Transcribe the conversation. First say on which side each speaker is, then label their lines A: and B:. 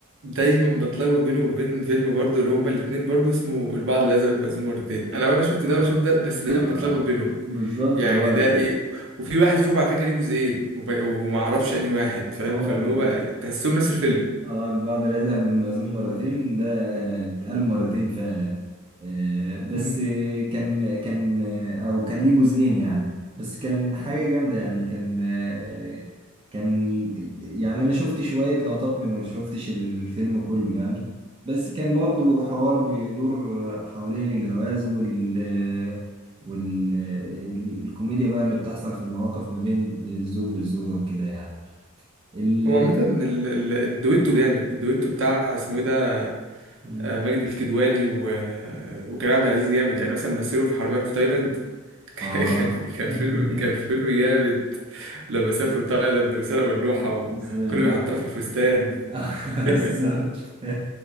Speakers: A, on the right; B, on the right.
A: دايما بتلخبط بينه وبين فيلم برضه اللي هما الاتنين برضه اسمه البعض الازرق والمأذون مرتين انا ولا شفت ده
B: اه
A: ولا شفت ده بس دايما
B: اه
A: بتلخبط بينهم
B: بالظبط
A: يعني
B: هو
A: ده
B: ال-
A: ايه وفي واحد فيهم على فكره ليه جزئين وب- وما اعرفش انهي واحد فاهم
B: هو
A: فاللي
B: ال...
A: هو تحسهم نفس الفيلم
B: اه البعض لا يذهب للمأذون مرتين ده آه، اتقال مرتين فعلا آه، بس
A: مم.
B: آه، كان كان آه، او كان ليه جزئين يعني بس كان حاجة جامدة
A: مم.
B: يعني كان آه، كان يعني انا شفت شوية لقطات منه ما شفتش الفيلم كله يعني بس كان برضو حوار بيدور
A: مم.
B: حوالين الجواز وال والكوميديا بقى اللي بتحصل في المواقف ما بين الزوج والزوجة وكده يعني ال
A: هو عامة ال- ال- الدويتو جامد الدويتو بتاع اسمه ايه ده
B: مم.
A: آه، ماجد الكدواني و... آه، وكريم عبد العزيز جامد يعني مثلا مثلوا في حرامية في تايلاند <laughs>
B: آه
A: كان كان
B: <laughs>
A: فيلم كان فيلم جامد لما سافروا تايلاند وسرقوا اللوحة وكانوا
B: مثلا البحر
A: بيحطوها في الفستان
B: <laughs> بالظبط
A: <laughs>